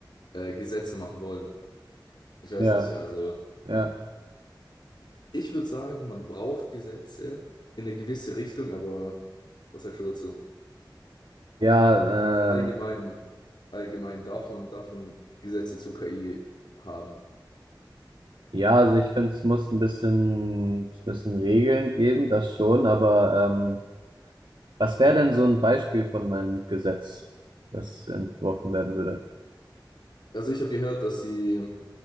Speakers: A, on the left; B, on the right.
A: äh, Gesetze machen wollen. Ich weiß
B: Ja,
A: nicht, also
B: ja,
A: ich würde sagen, man braucht Gesetze in eine gewisse Richtung, aber was sagst du dazu?
B: ja,
A: Also allgemein,
B: ähm,
A: allgemein darf man, darf man Gesetze zu KI haben.
B: ja, also ich finde, es muss ein bisschen, es müssen Regeln geben, das schon, aber ähm, was wäre denn so ein Beispiel von einem Gesetz, das entworfen werden würde?
A: Also ich habe gehört, dass sie